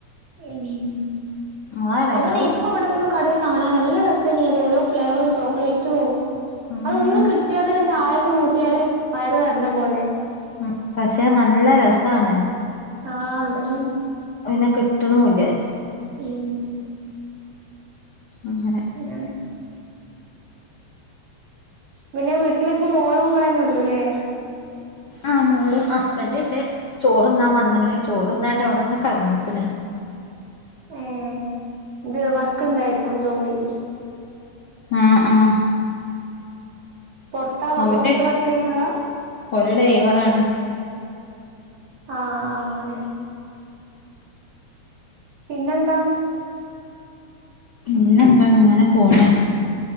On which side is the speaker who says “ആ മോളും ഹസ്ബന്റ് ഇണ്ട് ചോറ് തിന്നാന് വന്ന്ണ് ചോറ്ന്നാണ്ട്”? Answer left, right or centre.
Left